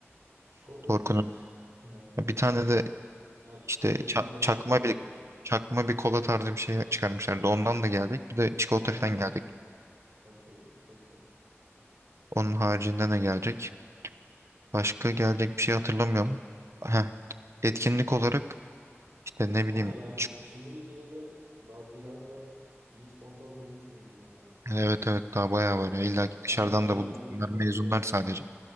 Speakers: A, on the right (about 90°); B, on the right (about 70°).
A: Çikolatadır.
B: Torku'nun
A: <laughs> Yani.
B: bir tane de
A: Ya Ç-
B: işte
A: Çatorku'nun
B: ça-
A: bayağı
B: çakma
A: bir malzemesi
B: bir
A: var.
B: çakma bir kola tarzı bir şey çıkarmışlardı. Ondan da gelecek. Bir de çikolata
A: Ha,
B: falan gelecek.
A: okey. Çok iyi.
B: Onun haricinde ne gelecek? Başka gelecek bir şey hatırlamıyorum. Heh. Etkinlik olarak işte ne
A: Ama
B: bileyim
A: yani
B: ç-
A: şimdilik yine de daha bir ay var. İyi sponsor bulmuşsunuz yine yani.
B: evet evet daha bayağı
A: Güzel
B: var
A: güzel.
B: ya. İlla ki
A: Aynen
B: dışarıdan
A: daha
B: da
A: illaki
B: buluruz. Bunlar
A: bir şeyler
B: mezunlar
A: daha olur.
B: sadece.